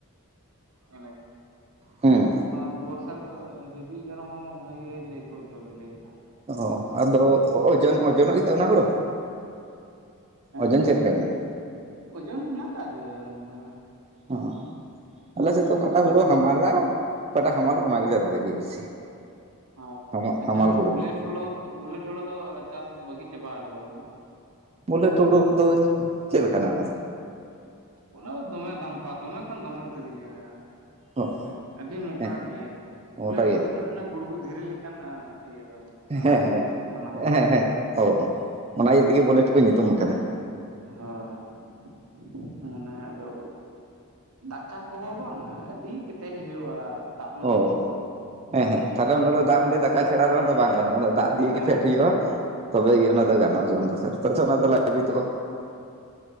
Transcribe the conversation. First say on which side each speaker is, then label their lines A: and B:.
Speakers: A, on the right; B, on the right.
A: <unintelligible>
B: ᱦᱮᱸ
A: ᱱᱮᱛᱟᱨ ᱫᱚ ᱵᱤᱵᱤ ᱮᱜᱟᱨᱚ ᱦᱚᱸ ᱵᱷᱟᱹᱜᱤ ᱞᱟᱹᱭ ᱟᱠᱚ ᱡᱚ ᱵᱮᱞᱮ ᱦᱮᱱᱟᱜᱼᱟ।
B: ᱚ ᱟᱫᱚ ᱳᱡᱚᱱ ᱳᱡᱚᱱᱟᱜ ᱜᱮᱛ ᱚᱱᱟ ᱦᱩᱲᱳᱼᱼ
A: ᱦᱮᱸ
B: ᱚᱡᱚᱱ ᱪᱮᱫ ᱞᱮᱠᱟ ᱢᱮᱱᱟᱜᱼᱟ?
A: ᱳᱡᱚᱱ ᱦᱮᱱᱟᱜ ᱟᱠᱟᱫ ᱜᱮᱭᱟ ᱫᱚ ᱢᱟᱱᱮᱼᱼ
B: ᱚ ᱟᱞᱮ ᱥᱮᱫ ᱫᱚ ᱚᱠᱟᱴᱟᱜ ᱦᱩᱲᱩ
A: ᱵᱟᱝ ᱨᱟᱣᱟᱞᱟ
B: ᱦᱟᱢᱟᱞᱟ, ᱚᱠᱟᱴᱟᱜ ᱦᱟᱢᱟᱞᱟ ᱚᱱᱟ
A: ᱦᱮᱸ
B: ᱜᱮᱞᱮ ᱨᱚᱦᱚᱭ ᱜᱮᱭᱟ ᱵᱮᱥᱤ।
A: ᱦᱳᱭ
B: ᱦᱟᱢᱟᱞ ᱦᱟᱢᱟᱞ
A: ᱟᱪᱪᱷᱟ ᱚᱱᱟ
B: ᱦᱩᱲᱩ
A: ᱵᱩᱞᱮᱴᱹ
B: ᱠᱚᱜᱮ
A: ᱦᱩᱲᱩ ᱵᱩᱞᱮᱴ ᱦᱩᱲᱳ ᱫᱚ ᱪᱟᱥ ᱵᱟᱹᱜᱤ ᱪᱟᱵᱟ ᱠᱟᱫᱟ ᱵᱟᱝ?
B: ᱵᱩᱞᱮᱴ ᱦᱩᱲᱩ ᱫᱚ ᱪᱮᱫ ᱞᱮᱠᱟᱱᱟ ᱚᱱᱟ ᱫᱚ?
A: ᱚᱱᱟ ᱫᱚ ᱫᱚᱢᱮ ᱫᱟᱢᱯᱟ ᱫᱚᱢᱮ ᱠᱷᱟᱱ ᱫᱚᱢᱮ ᱫᱤᱨᱭᱟᱹ
B: ᱚ
A: ᱦᱮᱸᱥᱮ ᱟᱹᱰᱤ ᱢᱚᱴᱟ
B: ᱦᱮᱸ
A: ᱜᱮᱭᱟ ᱵᱩᱞᱮᱴ
B: ᱢᱚᱴᱟ ᱜᱮᱭᱟ
A: ᱜᱮ ᱵᱩᱞᱮᱴ ᱚᱱᱟ ᱜᱩᱲᱜᱩ ᱫᱷᱤᱨᱤ ᱞᱮᱠᱟᱱ। ᱤᱭᱟᱹ ᱫᱚ
B: ᱦᱮᱸ
A: ᱚᱱᱟ
B: ᱦᱮᱸ
A: ᱟᱠᱨᱤᱛᱤ ᱛᱮᱜ ᱚᱱᱟ ᱦᱩᱲᱩ
B: ᱦᱮᱸ
A: ᱛᱮᱜ।
B: ᱦᱮᱸ ᱚ ᱚ ᱚᱱᱟ ᱤᱭᱟᱹ ᱛᱮᱜᱮ ᱵᱩᱞᱮᱴ ᱠᱚ ᱧᱩᱛᱩᱢ ᱟᱠᱟᱫᱟ।
A: ᱦᱳᱭ। ᱚᱫᱟ ᱫᱚ ᱫᱟᱠᱟ ᱠᱚᱦᱚᱸ ᱵᱟᱝᱼᱟ ᱟᱹᱰᱤ ᱠᱮᱴᱮᱡ ᱦᱩᱭᱩᱜᱼᱟ, ᱫᱟᱜ ᱢᱟᱹᱰᱤ
B: ᱚ
A: ᱠᱚᱼᱼ
B: ᱦᱮᱸ ᱦᱮᱸ ᱛᱟᱦᱚᱞᱮ ᱚᱱᱟ ᱫᱚ ᱫᱟᱜ ᱢᱟᱹᱰᱤ ᱫᱟᱠᱟ ᱪᱷᱟᱲᱟ
A: ᱫᱟᱜ
B: ᱨᱮ ᱫᱚ ᱵᱟᱝ ᱜᱟᱱᱚᱜᱼᱟ ᱫᱚ ᱫᱟᱜ ᱫᱤᱭᱮ
A: ᱦᱮᱸ
B: ᱜᱮ ᱯᱷᱮᱰ
A: ᱦᱮᱸ
B: ᱦᱩᱭᱩᱜᱼᱟ। ᱛᱚᱵᱮᱜᱮ ᱚᱱᱟ
A: ᱮᱠᱵᱟᱨᱮ
B: ᱫᱚ ᱜᱟᱱᱚᱜᱼᱟ ᱡᱚᱢ ᱫᱚ ᱛᱚᱱᱟ ᱫᱚ ᱞᱟᱹᱵᱤᱛᱚᱜᱼᱟ।